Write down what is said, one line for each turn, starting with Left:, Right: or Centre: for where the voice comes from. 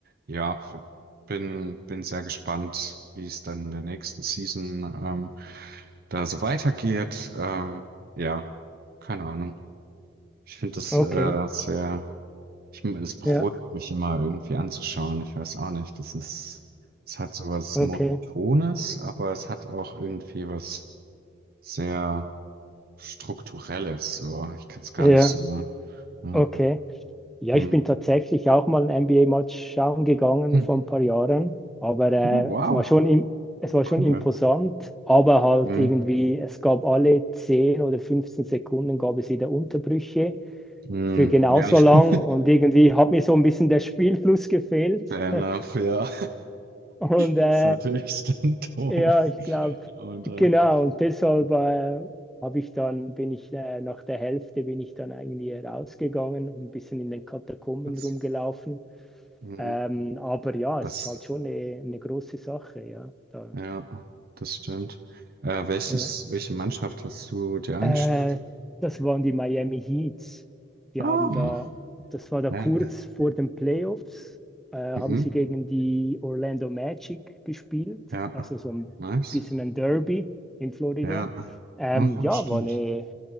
Right: ja, f- bin, bin sehr gespannt, wie es dann in der nächsten Season ähm, da so weitergeht. Ähm, ja, keine Ahnung. Ich finde das
Centre: okay,
Right: äh, sehr. Ich, m- das beruhigt
Centre: ja,
Right: mich immer irgendwie anzuschauen. Ich weiß auch nicht. Das ist, es hat sowas
Centre: okay,
Right: Monotones, aber es hat auch irgendwie was sehr Strukturelles. So, ich kann es gar
Centre: ja,
Right: nicht so. äh,
Centre: okay. Ja,
Right: hm.
Centre: ich bin tatsächlich auch mal ein NBA-Match schauen gegangen
Right: Hm.
Centre: vor ein paar Jahren, aber äh,
Right: Oh, wow.
Centre: es war schon im, es war schon
Right: Cool.
Centre: imposant, aber halt
Right: Hm.
Centre: irgendwie, es gab alle 10 oder 15 Sekunden gab es wieder Unterbrüche
Right: Hm.
Centre: für genauso
Right: Ja.
Centre: lang
Right: <laughs>
Centre: und irgendwie hat mir so ein bisschen der Spielfluss gefehlt
Right: Fair enough,
Centre: <laughs>
Right: ja.
Centre: und äh,
Right: Das ist natürlich dann doof.
Centre: ja, ich glaube,
Right: Und
Centre: genau
Right: äh,
Centre: und deshalb
Right: hm,
Centre: äh, habe ich dann, bin ich äh, nach der Hälfte bin ich dann eigentlich rausgegangen und ein bisschen in den Katakomben
Right: was?
Centre: rumgelaufen
Right: Hm.
Centre: Ähm, aber ja,
Right: Was?
Centre: es ist halt schon eine, eine große Sache, ja. Da,
Right: Ja, das stimmt. Äh, welches,
Centre: ja.
Right: welche Mannschaft hast du dir angeschaut?
Centre: Äh, das waren die Miami Heats. Die
Right: Ah,
Centre: haben da,
Right: ja.
Centre: das war da
Right: Ja.
Centre: kurz vor den Playoffs, äh, haben
Right: Mhm.
Centre: sie gegen die Orlando Magic gespielt,
Right: Ja.
Centre: also so ein
Right: Nice.
Centre: bisschen ein Derby in Florida.
Right: Ja.
Centre: Ähm,
Right: Oh ja,
Centre: ja,
Right: stimmt.
Centre: war eine,